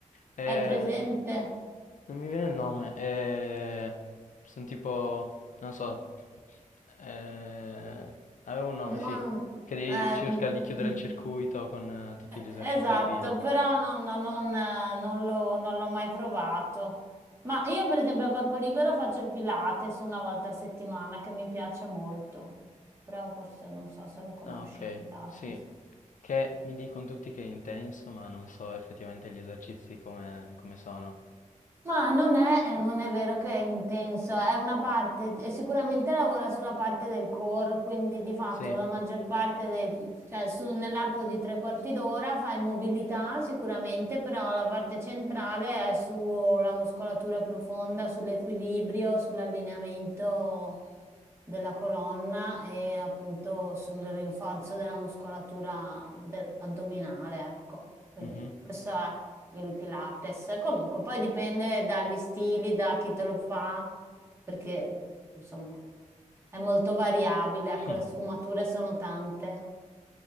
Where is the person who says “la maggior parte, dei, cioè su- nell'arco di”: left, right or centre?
Right